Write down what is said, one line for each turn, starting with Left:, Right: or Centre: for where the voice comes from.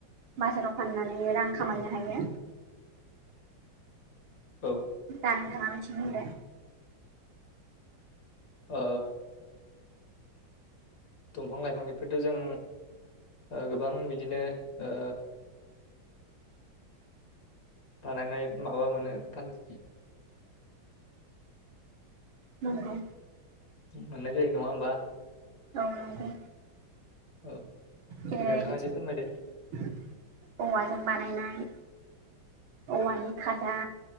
Right: बाजाराव फाननानै रां खामायनो हायो।
Left: <inaudible> औ
Right: दा नोंथाङा मोनसे बुंदो।
Left: ओ दंफां लाइफांनिफ्रायथ' जों ओ गोबां बिदिनो ओ बानायनाय माबा मोनो फान -
Right: नंगौ
Left: मोननाय जायो नङा होमबा?
Right: औ नुदों
Left: औ
Right: जेरै
Left: दे नोंथाङा एसे फोरमायदो
Right: औवाजों बानायनाय
Left: <inaudible>
Right: औवानि खादा